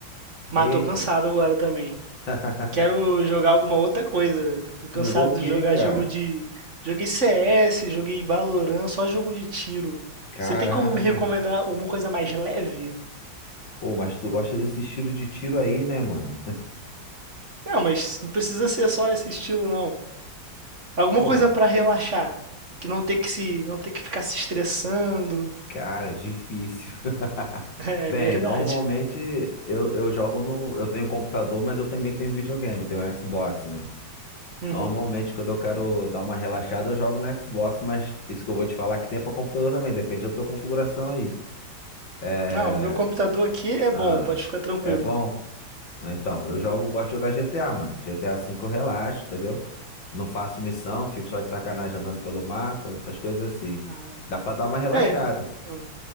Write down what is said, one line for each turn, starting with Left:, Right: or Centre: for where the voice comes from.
Right: mas
Left: eita.
Right: tô cansado agora também.
Left: <laughs>
Right: Quero jogar alguma outra coisa, velho. Tô
Left: Tu
Right: cansado
Left: jogou o quê,
Right: de jogar
Left: cara?
Right: jogo de. Joguei CS, joguei Valorant, só jogo de tiro.
Left: Caraca.
Right: Você tem como me recomendar alguma coisa mais leve?
Left: Pô, mas tu gosta desse estilo de tiro aí, né, mano?
Right: Não, mas não precisa ser só esse estilo, não. Alguma
Left: Pô,
Right: coisa pra relaxar, que não ter que se, não ter que ficar se estressando.
Left: cara, é difícil. <laughs>
Right: <laughs> É
Left: Bem,
Right: verdade.
Left: normalmente eu, eu jogo no. Eu tenho computador, mas eu também tenho videogame, tenho Xbox, né?
Right: Uhum.
Left: Normalmente, quando eu quero dar uma relaxada, eu jogo no Xbox, mas isso que eu vou te falar que tem pra computador também, depende da tua configuração aí. É.
Right: Não, o meu computador aqui é
Left: Ah,
Right: bom, pode ficar tranquilo.
Left: é bom? Ah, Então, eu jogo, gosto de jogar GTA, mano. GTA V eu relaxo, entendeu? Não faço missão, fico só de sacanagem andando pelo mapa, essas coisas assim.
Right: Ah,
Left: Dá pra dar uma relaxada.
Right: é. Hã.